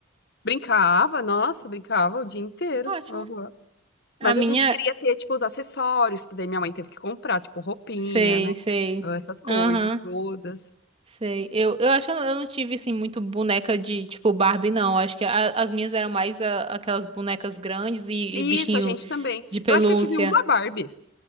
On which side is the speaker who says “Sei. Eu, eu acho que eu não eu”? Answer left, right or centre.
Right